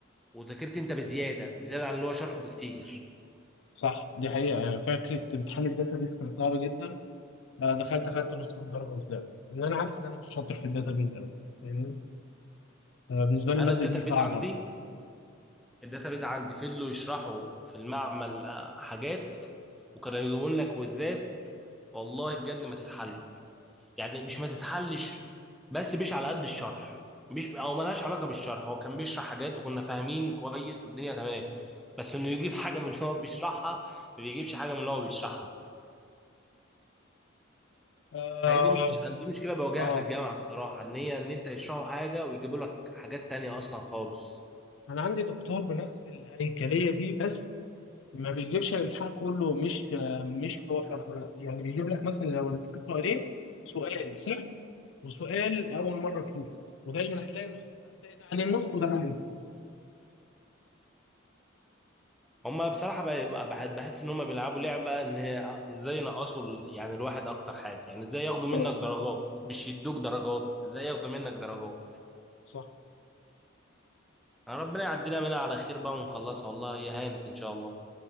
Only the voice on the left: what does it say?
صح دي حقيقة يعني فكرة امتحان الداتابيز كان صعب جدا آه، دخلت أخدت نص الدرجة وطلعت لأن أنا عارف إن أنا مش شاطر في الداتابيز أوي فاهمني آه، بالنسبة لي
المادة
دي صعبة
آه
آه
أنا عندي دكتور بنفس الهيكلية دي بس ما بيجيبش الامتحان كله مش آه، مش هو شرحه لا يعني بيجيب لك مثلا لو الامتحان سؤالين سؤال وسؤال اول مره تشوفه ودايما هتلاقي النص هتلاقي ده عن النص وده عن النص
اه
صح